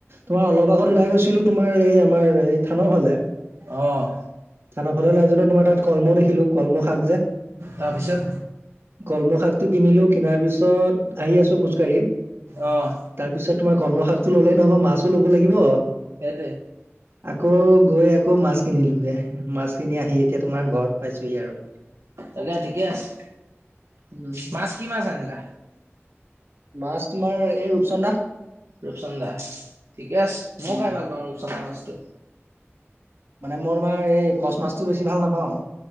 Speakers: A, on the right; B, on the right.
A: তোমাৰ অলপ আগত ওলাই গৈছিলো তোমাৰ এই আমাৰ এই থানৰ ফালে।
B: অ',
A: থানা ফালে উলাই যাওঁতে তোমাৰ তাত কলমৌ দেখিলো কলমৌ শাক যে।
B: তাৰপিছত
A: কলমৌ শাকটো কিনিলো কিনাৰ পিছত আহি আছো খোজকাঢ়ি।
B: অঁ।
A: তাৰ পিছত তোমাৰ কলমৌ শাকটো ল'লেই নহব, মাছো ল'ব লাগিব।
B: সেইটোৱে।
A: আকৌ গৈ আকৌ মাছ কিনিলোগে। মাছ কিনি আহি এতিয়া তোমাৰ ঘৰত পাইছোহি আৰু।
B: তাকে ঠিকে আছে।
A: উম,
B: মাছ কি মাছ আনিলা?
A: মাছ তোমাৰ এই ৰূপচন্দা।
B: ৰূপচন্দা, ঠিকে আছে মইও
A: উম
B: খাই ভাল পাওঁ ৰূপচন্দা মাছটো।
A: মানে মই তোমাৰ এই কচ মাছটো বেছি ভাল নাপাওঁ।